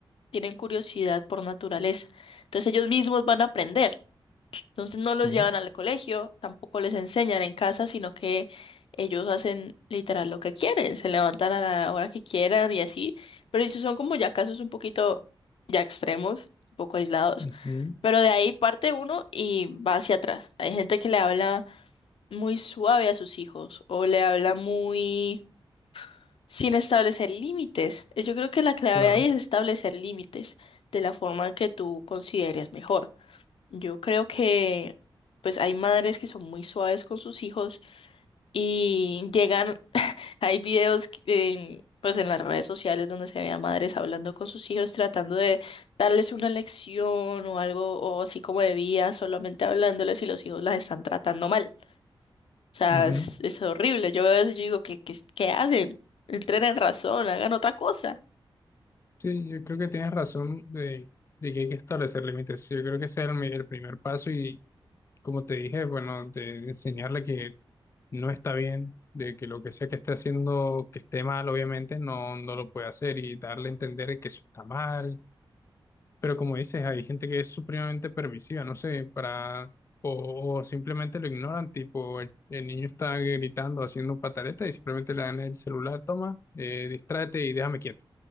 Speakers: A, on the left (about 80°); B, on the left (about 30°).
A: tienen curiosidad por naturaleza, entonces ellos mismos van a aprender. Entonces no
B: sí.
A: los llevan al colegio, tampoco les enseñan en casa, sino que ellos hacen literal lo que quieren, se levantan a la hora que quieran y así, pero esos son como ya casos un poquito ya extremos, un poco aislados,
B: ujú,
A: pero de ahí parte uno y va hacia atrás. Hay gente que le habla muy suave a sus hijos o le habla muy sin establecer límites. Yo creo que la clave
B: Claro.
A: ahí es establecer límites de la forma que tú consideres mejor. Yo creo que pues hay madres que son muy suaves con sus hijos y llegan, <laughs> hay videos que- en, pues en las redes sociales donde se ve a madres hablando con sus hijos tratando de darles una lección o algo o así como de vida, solamente hablándoles y los hijos las están tratando mal. O sea,
B: Ujú.
A: es, es horrible. Yo veo eso y yo digo, ¿qué, qué, qué hacen? Entren en razón, hagan otra cosa.
B: Sí, yo creo que tienes razón de, de que hay que establecer límites. Yo creo que ese es el, mi- el primer paso y como te dije, bueno, de enseñarle que no está bien, de que lo que sea que esté haciendo, que esté mal, obviamente, no, no lo puede hacer y darle a entender que eso está mal. Pero como dices, hay gente que es supremamente permisiva, no sé, para, o, o simplemente lo ignoran, tipo, el, el niño está gritando, haciendo pataleta y simplemente le dan el celular, toma, eh, distráete y déjame quieto,